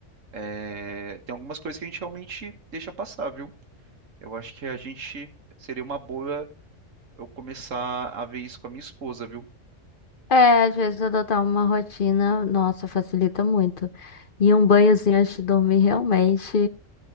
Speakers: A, on the right (about 75°); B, on the left (about 45°).
A: é, tem algumas coisas que a gente realmente deixa passar, viu? Eu acho que a gente seria uma boa eu começar a ver isso com a minha esposa, viu?
B: É, às vezes adotar uma rotina, nossa, facilita muito. E um banhozinho antes de dormir realmente.